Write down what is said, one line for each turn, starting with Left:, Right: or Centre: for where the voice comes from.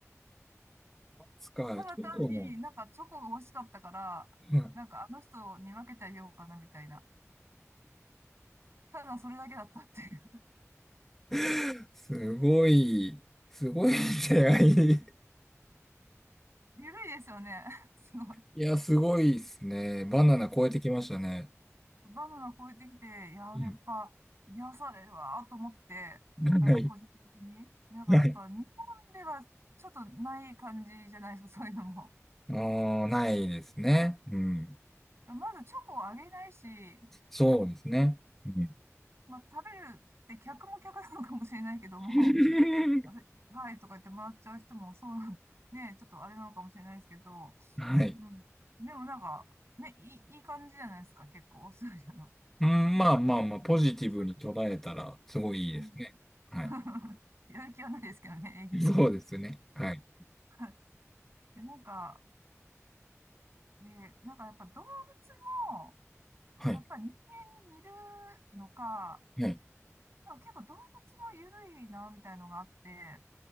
Centre: つか、
Right: ただ単になんかチョコが欲しかったから、
Centre: チョコの。はい
Right: なんかあの人に分けてあげようかな、みたいな。ただそれだけだったっていう。<laughs>
Centre: <laughs> すごい、すごい出会い。
Right: 緩いですよね。<laughs> すごい。
Centre: いや、すごいですね。バナナ超えてきましたね。
Right: バナナ超えてきて、いやー、
Centre: うん
Right: やっぱ、癒されるわーと思って、
Centre: ない。
Right: なんか個人的に、なんかやっぱ日本ではちょっとない感じじゃないですか、
Centre: ない。
Right: そういうのも。
Centre: あーないですね。うん。
Right: まずチョコをあげないし、
Centre: そうですね。うん
Right: まあ食べるって客も客なのかもしれないけども、
Centre: <laughs>
Right: あれはいとか言ってもらっちゃう人もそうなん、ね、ちょっとあれなのかもしれないですけど、
Centre: はい。
Right: うん。でもなんか、ね、いい、いい感じじゃないですか、結構、オーストラリアの、
Centre: うん、
Right: あの、
Centre: まあまあまあ、
Right: うん良さというか。
Centre: ポジティブに捉えたら、すごいいいですね。
Right: うん
Centre: はい。
Right: <laughs> やる気はないですけどね、営業。
Centre: そうですね。はい。
Right: <laughs> で、なんか、で、なんかやっぱ動物も、
Centre: はい。
Right: やっぱ人間に似るのか、
Centre: はい。
Right: なんか結構動物も緩いな、みたいのがあって、